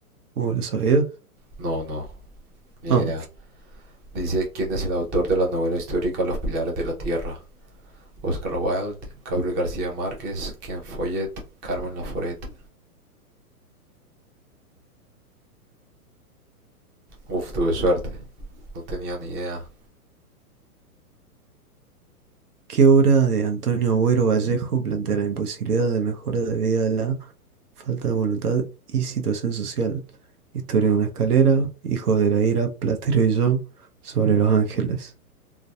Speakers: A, on the right (about 80°); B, on the right (about 20°).
A: Uh, ¿lo sabías?
B: No, no, ni
A: ah
B: idea. Dice quién es el autor de la novela histórica Los Pilares de la Tierra. Oscar Wilde, Gabriel García Márquez, Ken Follett, Carmen Laforet. Uf, tuve suerte. No tenía ni idea.
A: ¿Qué obra de Antonio Agüero Vallejo plantea la imposibilidad de mejora debido a la falta de voluntad y situación social? Historia de una escalera, Hijos de la ira, Platero y yo, sobre los ángeles.